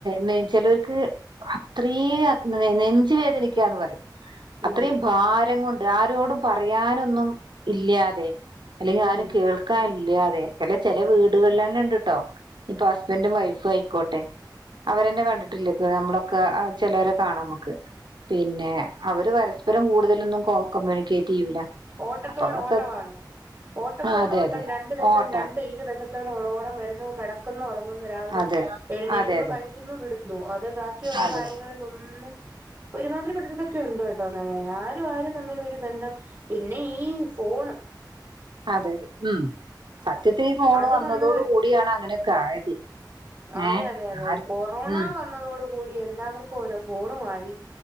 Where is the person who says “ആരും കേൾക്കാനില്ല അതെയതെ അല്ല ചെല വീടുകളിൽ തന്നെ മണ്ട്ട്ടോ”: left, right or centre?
Right